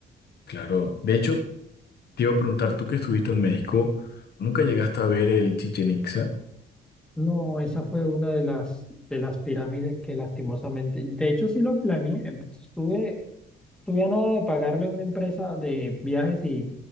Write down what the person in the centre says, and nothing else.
No, esa fue una de las, de las pirámides que lastimosamente, de hecho sí lo planeé, pues, estuve tuviera nada de pagarle a una empresa de viajes y,